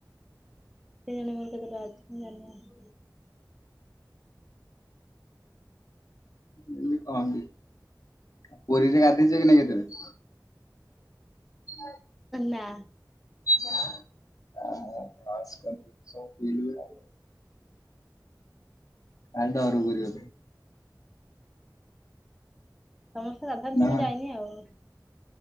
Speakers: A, in the centre; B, on the left.
A: କେ ଜାଣେ ମୋର କେତେଟା ଅଛି ମୁ ଜାଣିନୀ ଆଉ।
B: ଏମିତି କହନ୍ତି ଆଉ ପୁରୀରେ ଗାଧେଇଛ କି ନାଇ କେତବେ। ହଁ
A: ନା।
B: ଆ <unintelligible>
A: ହ
B: ଆ କୁରି ଅଛୁ।
A: ସମସ୍ତେ <unintelligible>
B: ନା
A: ମୁଁ ଯାଇନି ଆଉ।